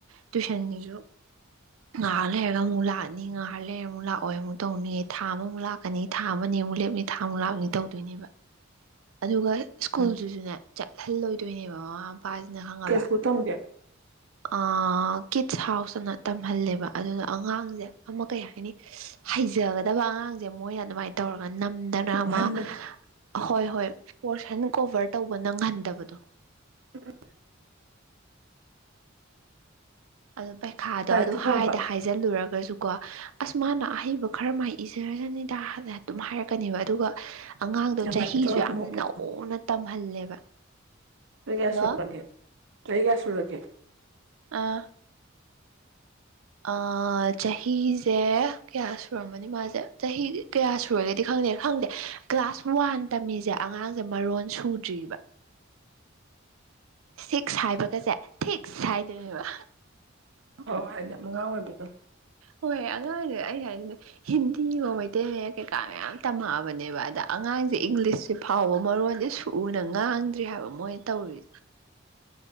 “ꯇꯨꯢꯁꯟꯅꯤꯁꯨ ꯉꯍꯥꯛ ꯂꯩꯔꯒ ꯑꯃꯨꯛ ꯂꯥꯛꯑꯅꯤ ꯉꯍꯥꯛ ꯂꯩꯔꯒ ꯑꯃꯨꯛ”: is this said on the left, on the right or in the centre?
Right